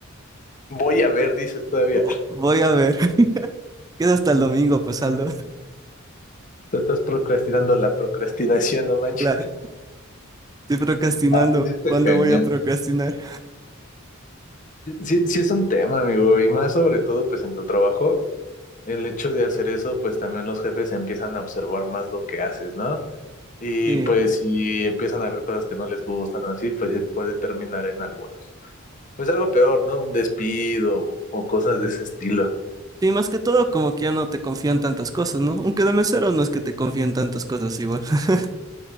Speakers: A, on the left (about 40°); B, on the right (about 20°).
A: Voy a ver, dices todavía.
B: Vo- voy a ver. <laughs> Queda hasta el domingo, pues Aldo. <laughs>
A: Te estás procrastinando la procrastinación, no manches.
B: Claro, estoy procrastinando.
A: Ah, pues sí está
B: ¿Cuándo
A: cañón.
B: voy a procrastinar?
A: Sí, sí es un tema, amigo, y más sobre todo, pues en tu trabajo, el hecho de hacer eso, pues también los jefes empiezan a observar más lo que haces, ¿no? Y
B: Sí.
A: pues si empiezan a ver cosas que no les gustan o así, pues puede terminar en algunos. Pues algo peor, ¿no? Un despido o cosas de ese estilo.
B: Sí, más que todo, como que ya no te confían tantas cosas, ¿no? Aunque de mesero no es que te confían tantas cosas igual, <laughs>